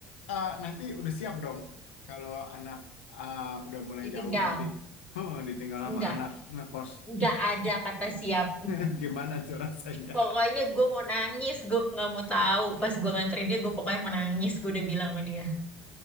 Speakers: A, on the left; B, on the left.
A: eh, nanti udah siap dong kalau anak eh, udah mulai
B: Ditinggal.
A: jauh nanti. <laughs> Oh, ditinggal sama
B: Enggak.
A: anak ngekos.
B: Enggak ada kata siap.
A: <laughs> Gimana tuh rasanya?
B: Pokoknya
A: <laughs>
B: gue mau nangis, gue nggak mau tahu. Pas gue nganterin dia, gue pokoknya mau nangis. Gue udah bilang sama dia.